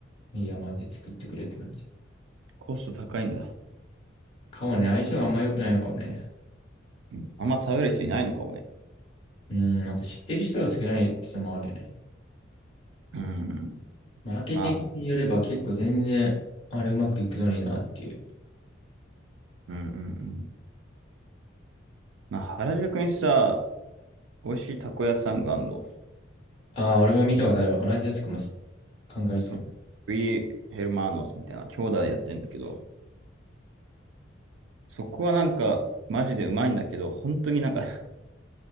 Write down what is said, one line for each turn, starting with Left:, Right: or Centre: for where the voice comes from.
Left: いや、マジで作ってくれって感じ。
Right: コスト高いんだ。
Left: かもね、相性があんま良くないのかもね。
Right: うんあんま食べる人いないのかもね。
Left: うん、あと知ってる人が少ないってのもあるよね。
Right: うん。
Left: マーケティングによれば結構全然、
Right: まあ、
Left: あれうまくいくのになっていう。
Right: うんうんうん。まあ、原宿にさ、美味しいたこ屋さんがあるの。
Left: ああ、俺も見たことある。同じやつかもし考えてる。
Right: そう、フリーヘルマーノスみたいな、兄弟でやってんだけど、そこはなんか、マジでうまいんだけど、本当になんか <laughs>